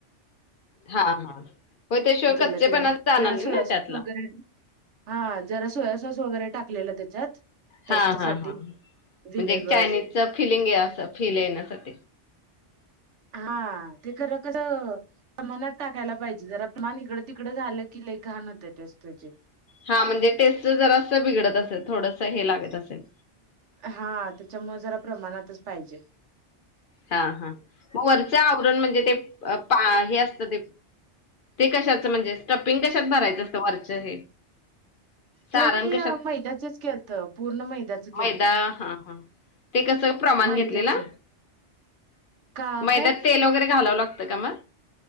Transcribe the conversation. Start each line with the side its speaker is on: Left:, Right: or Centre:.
Left: हा -हा हो त्याशिवाय
Right: केलं
Left: कच्चेपणा
Right: त्याला ना
Left: जाणार
Right: जरा
Left: नाही
Right: सोया
Left: ना
Right: सॉस
Left: त्यातला.
Right: वगैरे हा जरा सोया सॉस वगैरे टाकलेलं त्याच्यात. टेस्ट
Left: हा-हा-हा
Right: साठी
Left: म्हणजे
Right: विनेगर
Left: एक चायनीजच फिलिंग आहे असं फील येण्यासाठी.
Right: हा. ते खरं खरं सामानात टाकायला पाहिजे जरा. प्रमाण इकडं तिकडं झालं कि लई घाण होतं. ते स्ट्रीचिंग.
Left: हा म्हणजे टेस्ट जरां असं बिघडत असेल, थोडंस हे लागत असेल.
Right: हा त्याच्यामुळे जरा प्रमाणातच पाहिजे.
Left: हा हा मग वरचं आवरण म्हणजे, ते पा हे असतं ते ते कशाचं म्हणजे स्टपिंग कशात भरायचं असतं वरचं हे सारण
Right: ते मी
Left: कशात
Right: मैद्याचंच केलतं पूर्ण मैद्याचं केलतं.
Left: मैदा हा, हा. ते कसं प्रमाण
Right: मैद्याच
Left: घेतलेला.
Right: का
Left: मैद्यात
Right: काय नाही
Left: तेल वगैरे घालावं लागतं का मग?